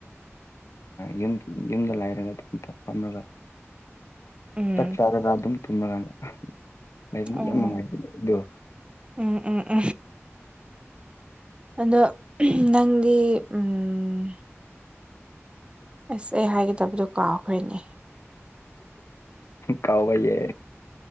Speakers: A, on the left; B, on the right.
A: ꯌꯨꯝ ꯌꯨꯝꯗ ꯂꯥꯏꯔꯒ ꯑꯗꯨ ꯑꯝꯇ ꯐꯝꯂꯒ
B: ꯎꯝ
A: ꯆꯥꯛ ꯆꯥꯔꯒ ꯑꯗꯨꯝ ꯇꯨꯝꯃꯒꯥꯟ ꯂꯩꯕꯅꯤ
B: ꯑꯣ
A: ꯌꯥꯝ ꯅꯨꯡꯉꯥꯏꯖꯅꯦ ꯑꯗꯣ
B: ꯎꯝ ꯎꯝ ꯎꯥ ꯑꯗꯣ ꯅꯪꯗꯤ ꯎꯝ ꯑꯁ ꯑꯩ ꯍꯥꯏꯒꯗꯕꯗꯣ ꯀꯥꯎꯈꯔ꯭ꯦꯅꯦ
A: ꯀꯥꯎꯕꯩꯌꯦ